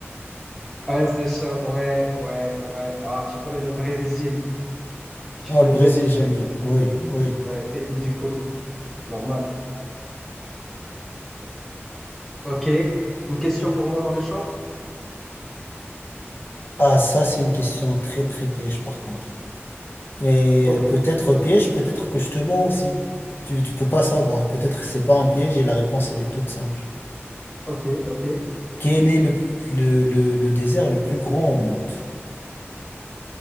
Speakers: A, in the centre; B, on the left.
A: Ouais, c'est chaud. Ouais, ouais, ouais. Ah, tu connais le Brésil. Tu
B: Non,
A: connais
B: le Brésil,
A: bien le Brésil.
B: j'aime bien. Oui, oui.
A: Ouais, pays du foot. Normal. Ok. Une question pour moi dans les champs?
B: Ah, ça, c'est une question très, très piège, par contre. Mais
A: Ok,
B: euh, peut-être piège, peut-être que je te mens aussi. Tu, tu peux pas savoir. Peut-être que c'est pas un piège et la réponse, elle est toute simple.
A: ok, ok.
B: Quel est le, le, le, le désert le plus grand au monde?